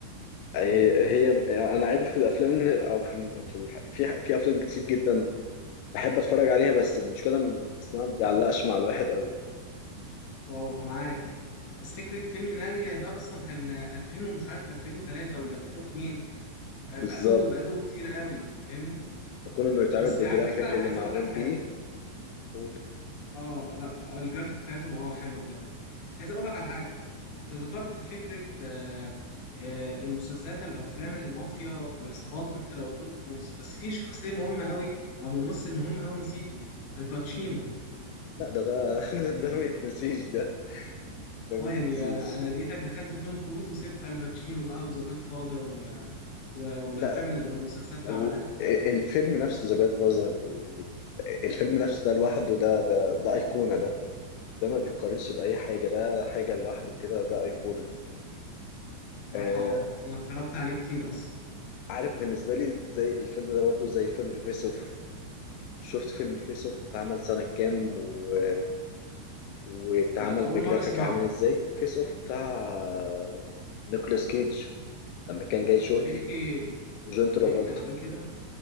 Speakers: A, on the left; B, on the left.
A: هي... هي انا عيب في الافلام إن- او في في الح... في... في افلام كتير جدا بحب اتفرج عليها بس المشكله م- اسمها ما بيعلقش مع الواحد قوي
B: اه معاك بس فكره فيلم ناريا ده اصلا كان 2000 ومش عارف 2003 ولا 2002 آه،
A: بالظبط
B: بقاله بقاله كتير قوي فاهمني
A: فكون انه يتعمل
B: بس
A: بالجرافيك
B: على فكره انا
A: اللي
B: عايز
A: معمول
B: اقول لك حاجه
A: بيه قول
B: اه لا الجرافيك بتاعتهم اه حلوه بجد عايز اقول لك على حاجه انت ذكرت فكره آه، آه، المسلسلات الافلام المافيا والعصابات وانت لو توم كروز بس في شخصيه مهمه قوي او ممثل مهم قوي نسيته الباتشينو
A: لا ده ده <laughs>
B: يعني
A: ده ما يتنسيش ده ده
B: اه
A: ما يتنسيش
B: يعني انا انا لقيتك دخلت توم كروز وسبت الباتشينو بقى وذا جاد فاذر و... و... والافلام
A: لا
B: اللي- والمسلسلات اللي
A: والفيلم
B: عملها
A: نفسه ذا جاد فازر الفيلم نفسه ده لوحده ده ده ده ايقونه ده ده ما بيتقارنش باي حاجه ده حاجه لوحده كده ده ايقونه
B: صراحه
A: آه
B: اه انا اتفرجت عليه كتير اصلا
A: عارف بالنسبه لي زي الفيلم ده برضو زي فيلم فيس اوف شفت فيلم فيس اوف اتعمل سنة كام و... واتعمل
B: لا اول
A: بجرافيك
B: مره اسمعه
A: عامل ازاي فيس اوف بتاع آه، نيكولاس كيدج لما كان جاي شورتي
B: ده بيحكي
A: وجون ترافولتا
B: بيحكي عن ايه كده